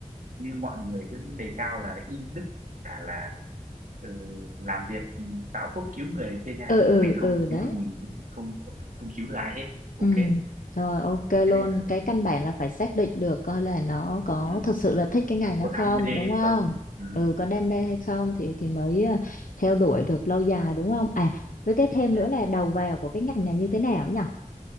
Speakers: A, on the right (about 75°); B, on the left (about 80°).
A: như mọi người cứ đề cao là y đức cả là ừ, làm việc ừ, tạo phúc cứu người này kia nha
B: ừ ừ
A: mình không
B: ừ, đấy
A: cứu được mình thì mình không không, không cứu được ai hết ok
B: Ừ,
A: thế
B: rồi ok
A: nên
B: luôn.
A: là
B: Cái căn bản là phải xác định được coi là nó có
A: ừ,
B: thực sự là thích cái ngành nó
A: có
B: không,
A: đam mê
B: đúng không?
A: không ừ,
B: Ừ, có đam mê hay không thì thì mới ờ, theo đuổi được lâu dài đúng không? À, với cái thêm
A: ừ.
B: nữa là đầu vào của cái ngành này như thế nào nhỉ?